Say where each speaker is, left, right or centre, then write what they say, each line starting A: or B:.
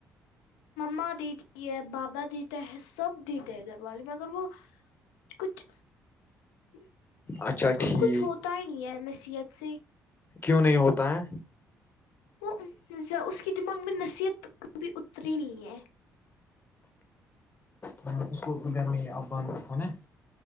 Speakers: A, on the left (about 70°); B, on the left (about 25°).
A: ما دیتی ہے بابا دیتا ہے سب دیتے ہیں گھر والے میں اگر وہ کچھ اس
B: اچھا ٹھیک
A: کچھ ہوتا ہی نہیں ہے نصیحت سی
B: کیوں نہیں ہوتا ہے
A: وہ اس کی دماغ میں نصیحت کبھی اتری نہیں ہے
B: ہاں اس کو گھر میں آان رکھو نا